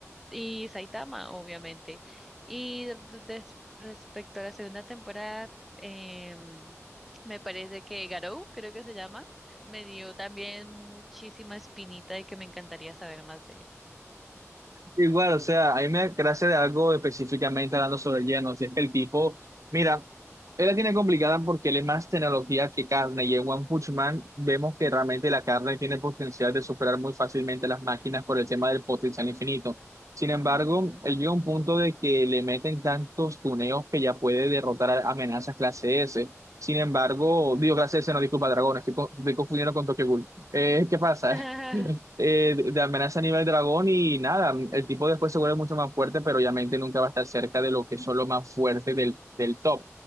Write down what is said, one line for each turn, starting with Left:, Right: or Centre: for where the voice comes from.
Centre: Y Saitama, obviamente. Y r- des- respecto a la segunda temporada, em, me parece que Garou, creo que se llama, me dio también muchísima espinita de que me encantaría saber más de él.
Right: Igual, o sea, a mí me gracia de algo específicamente hablando sobre lleno, si es que el tipo, mira, él la tiene complicada porque él es más tecnología que carne, y en One Punch Man vemos que realmente la carne tiene potencial de superar muy fácilmente las máquinas por el tema del potencial infinito. Sin embargo,
Centre: Ujú.
Right: él llega a un punto de que le meten tantos tuneos que ya puede derrotar a amenazas clase S. Sin embargo, digo clase S, no disculpa, dragón, estoy, co- estoy confundiendo con Tokyo Ghoul. Eh, ¿qué pasa?
Centre: <laughs>
Right: <laughs> eh, de de amenaza a nivel dragón y nada, el tipo después se vuelve mucho más fuerte, pero obviamente nunca va a estar cerca de lo que son los más fuertes del, del top.